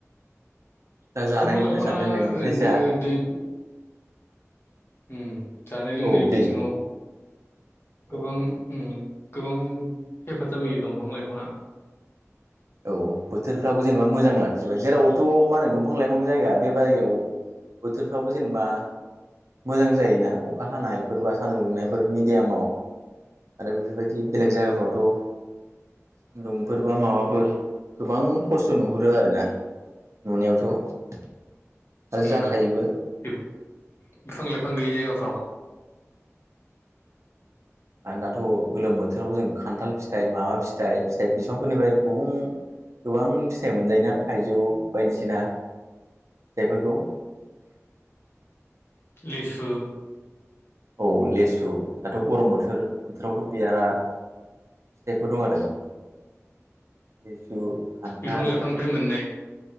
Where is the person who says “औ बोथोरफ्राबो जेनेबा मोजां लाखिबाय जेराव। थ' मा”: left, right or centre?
Right